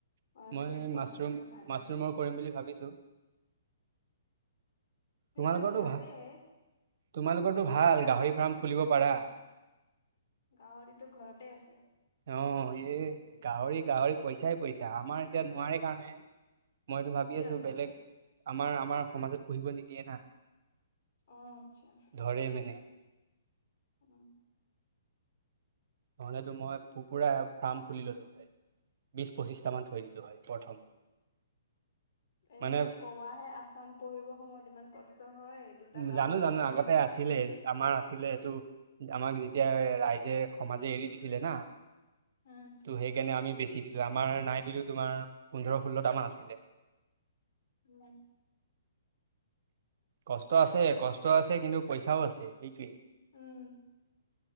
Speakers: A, on the left; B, on the right.
A: অ',
B: মই
A: শেষ হোৱাৰ
B: মাছৰুম
A: পাছত ভাবিম
B: মাছৰুমৰ কৰিম বুলি ভাবিছোঁ। <inaudible>
A: সেইটো
B: তোমালোকৰটো
A: ভালেই
B: ভাল, তোমালোকৰটো ভাল
A: কিন্তু
B: গাহৰি
A: আমাৰ এই
B: ফাৰ্ম খুলিব পাৰা।
A: গাহৰিটো ঘৰতে আছে।
B: অ এই গাহৰি গাহৰি পইছাই পইছা আমাৰ এতিয়া নোৱাৰে কাৰণে। মইটো ভাবি
A: কিয়
B: আছোঁ
A: নোৱাৰে
B: বেলেগ আমাৰ আমাৰ সমাজত পোহিব নিদিয়ে না।
A: অহ আচ্ছা।
B: ধৰে মানে
A: উম।
B: নহ'লেটো মই পু পুৰা ফাৰ্ম খুলি ল'লো হয়, বিশ পঁচিশটা মান থৈ দিলো হয় প্ৰথম।
A: এ
B: মানে
A: কৱাহে আচান পোহিবৰ সময়ত ইমান কষ্ট। হয় দুটা
B: উম
A: গাহৰিটোৱে
B: জানো জানো আগতে
A: ইমান কষ্ট
B: আছিলে
A: হয়
B: আমাৰ আছিলে এইটো আমাক তেতিয়া ৰাইজে সমাজে এৰি দিছিলে না
A: উম
B: ত' সেইকাৰণে আমি বেছি দিলোঁ। আমাৰ নাই বুলিও তোমাৰ পোন্ধৰ ষোল্লটা মান আছিলে।
A: উম।
B: কষ্ট আছে কষ্ট আছে কিন্তু পইছাও আছে সেইটোৱেই।
A: উম।